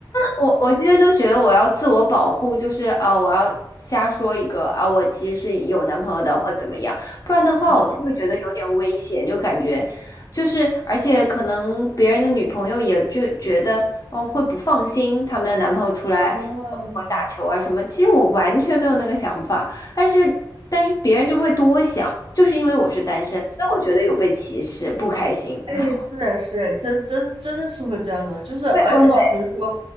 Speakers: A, on the left; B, on the right.
A: 我我其实就觉得我要自我保护，就是呃，我要瞎说一个啊、我其实是有男朋友的或怎么样，不然的话我就会觉得有点危险，
B: 嗯
A: 就感觉就是而且可能别人的女朋友也就觉得哦会不放心他们的男朋友出来跟我打球啊什么，
B: 嗯，
A: 其实我完全没有那个想法，但是但是别人就会多想，就是因为我是单身，所以我觉得有被歧视，不开心。
B: 哎，
A: <laughs>
B: 是是，真真真的是会这样的，就是而且就比如说
A: 会会会，